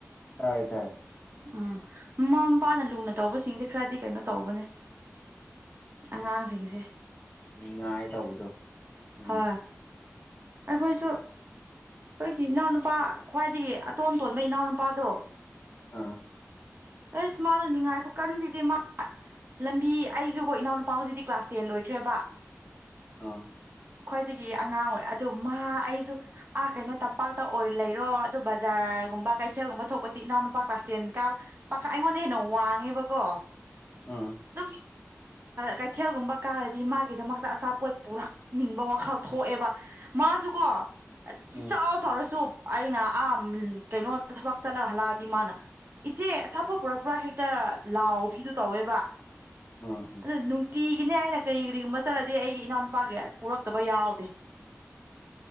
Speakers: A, on the left; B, on the right.
A: ꯑ ꯇꯥꯏ ꯇꯥꯏ
B: ꯎꯝ ꯃꯃꯥ ꯃꯄꯥꯅ ꯂꯨꯅ ꯇꯧꯕꯁꯤꯡꯁꯦ ꯈꯔꯗꯤ ꯀꯩꯅꯣ ꯇꯧꯕꯅꯦ ꯑꯉꯥꯡꯁꯤꯡꯁꯦ
A: ꯅꯤꯡꯉꯥꯏ ꯇꯧꯕꯗꯣ ꯎꯝ
B: ꯍ ꯑꯩꯈꯣꯏꯁꯨ ꯑꯩꯈꯣꯏꯒꯤ ꯏꯅꯥꯎꯅꯨꯄꯥ ꯈ꯭ꯋꯥꯏꯗꯒꯤ ꯑꯇꯣꯟ ꯇꯣꯟꯕ ꯏꯅꯥꯎꯅꯨꯄꯥꯗꯣ
A: ꯑꯥ
B: ꯑꯁ ꯃꯥꯜꯂꯨꯅꯤꯉꯥꯏꯈꯣ ꯀꯟꯗꯤ ꯃꯥ ꯂꯝꯕꯤ ꯑꯩꯁꯨꯀꯣ ꯏꯅꯥꯎꯅꯨꯄꯥ ꯍꯧꯖꯤꯛꯇꯤ ꯀ꯭ꯂꯥꯁ ꯇꯦꯟ ꯂꯣꯏꯈ꯭ꯔꯦꯕ
A: ꯑ
B: ꯈ꯭ꯋꯥꯏꯗꯒꯤ ꯑꯉꯥꯡ ꯑꯣꯏ ꯑꯗꯨ ꯃꯥ ꯑꯩꯁꯨ ꯑꯥ ꯀꯩꯅꯣ ꯇꯝꯄꯥꯛꯇ ꯑꯣꯏ ꯂꯩꯔꯣ ꯑꯗꯨꯣ ꯕꯖꯥꯔꯒꯨꯝꯕ ꯀꯩꯊꯦꯜꯒꯨꯝꯕ ꯊꯣꯛꯄꯁꯤ ꯏꯅꯥꯎꯅꯨꯄꯥ ꯀ꯭ꯂꯥꯁ ꯇꯦꯟ ꯀꯥꯕ ꯄꯥꯈꯥ ꯑꯩꯉꯣꯟꯗꯩꯩ ꯍꯦꯟꯅ ꯋꯥꯡꯉꯦꯕꯀꯣ
A: ꯎꯟ
B: ꯑꯗꯨꯝ ꯀꯩꯊꯦꯜꯒꯨꯝꯕ ꯀꯥꯔꯗꯤ ꯃꯥꯒꯤꯗꯃꯛꯇ ꯑꯆꯥꯄꯣꯠ ꯄꯨꯔꯛꯅꯤꯡꯕ ꯋꯥꯈꯜ ꯊꯣꯛꯑꯦꯕ ꯃꯥꯁꯨꯀꯣ
A: ꯎꯝ
B: ꯆꯥꯎ ꯇꯧꯔꯁꯨ ꯑꯩꯅ ꯑꯥ ꯀꯩꯅꯣ ꯊꯕꯛ ꯆꯠꯂꯒ ꯍꯜꯂꯛꯑꯗꯤ ꯃꯥꯅ ꯏꯆꯦ ꯑꯆꯥꯥꯄꯠ ꯄꯨꯔꯛꯄ꯭ꯔꯥ ꯍꯦꯛꯇ ꯂꯥꯎꯕꯤꯗꯨ ꯇꯧꯋꯦꯕ
A: ꯎꯝ ꯎꯝ
B: ꯑꯗꯨꯗ ꯇꯤꯒꯤꯅꯦ ꯑꯩꯅ ꯀꯔꯤ ꯀꯔꯤꯒꯨꯝꯕ ꯆꯠꯂꯗꯤ ꯑꯩꯒꯤ ꯏꯅꯥꯎꯅꯨꯄꯥꯒꯤ ꯄꯨꯔꯛꯇꯕ ꯌꯥꯎꯗꯦ